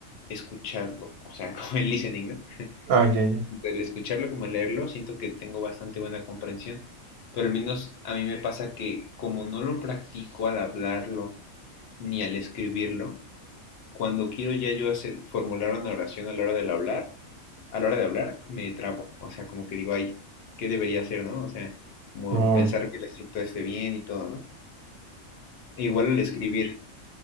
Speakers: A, on the left; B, on the right.
A: escucharlo, o sea, <laughs> como el listening, ¿no?
B: Ah, ya, ya.
A: Tanto El escucharlo como el leerlo, siento que tengo bastante buena comprensión, pero al menos a mí me pasa que como no lo practico al hablarlo ni al escribirlo, cuando quiero ya yo hacer, formular una oración a la hora de hablar, a la hora de hablar, me trabo. O sea, como que digo, ay, ¿qué debería hacer, no? O sea, como
B: Oh,
A: pensar que la estructura esté bien y todo, ¿no? E igual al escribir,